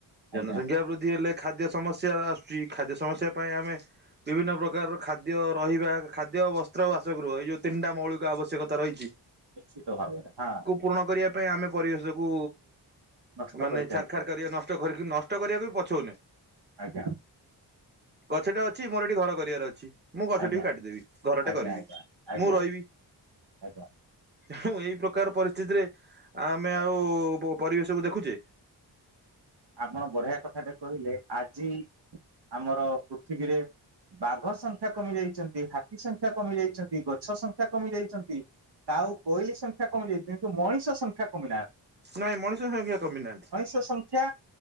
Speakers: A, on the right; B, on the right.
A: ଆଜ୍ଞା
B: ଜନସଂଖ୍ୟା ବୃଦ୍ଧି ହେଲେ ଖାଦ୍ୟ ସମସ୍ୟା ଆସୁଚି ଖାଦ୍ୟ ସମସ୍ୟା ପାଇଁ ଆମେ ବିଭିନ୍ନ ପ୍ରକାର ଖାଦ୍ୟ ରହିବା ଖାଦ୍ୟ ବସ୍ତ୍ର ବାସଗୃହ ଏଇ ଯୋଉ ତିନିଟା ମୌଳିକ ଆବଶ୍ୟକ ଆବଶ୍ୟକତା ରହିଚି।
A: ନିଶ୍ଚିତ ଭାବରେ ହାଁ।
B: ପୂରଣ କରିବା ପାଇଁ ଆମେ ପରିବେଶକୁ
A: ନଷ୍ଟ
B: ମାନେ
A: କରି ଚାଲିଥିବା
B: ଛାରଖାର କରିବା ନଷ୍ଟ କରିକି ନଷ୍ଟ ନ ନଷ୍ଟ କରିବାକୁ ପଛଉନେ।
A: ଆଜ୍ଞା।
B: ଗଛ ଟେ ଅଛି ମୋର ଏଠି ଘର କରିବାର ଅଛି। ମୁଁ ଗଛ
A: ଆଜ୍ଞା
B: ଟିକୁ କାଟିଦେବି ଘରଟେ
A: ଆଜ୍ଞା
B: କରିବି
A: ଆଜ୍ଞା ଆଜ୍ଞା
B: ମୁଁ ରହିବି।
A: ଆଜ୍ଞା।
B: ଆଉ ଏଇ ପ୍ରକାର ପରିସ୍ଥିତିରେ ଆମେ ଆଉ ପ ପରିବେଶକୁୁ ଦେଖୁଚେ।
A: ଆପଣ ବଢିଆ କଥାଟେ କହିଲେ ଆଜି ଆମର ପୃଥିବୀରେ ବାଘ ସଂଖ୍ୟା କମି ଯାଇଚନ୍ତି ହାତୀ ସଂଖ୍ୟା କମି ଯାଇଚନ୍ତି ଗଛ ସଂଖ୍ୟା କମି ଯାଇଚନ୍ତି। କାଉ କୋଇଲି ସଂଖ୍ୟା କମି ଯାଇଚି କିନ୍ତୁ ମଣିଷ ସଂଖ୍ୟା କମି ନାହାନ୍ତି।
B: ନାଇଁ ମଣିଷ ସଂଖ୍ୟା କମି ନାହାନ୍ତି।
A: ସଂଖ୍ୟା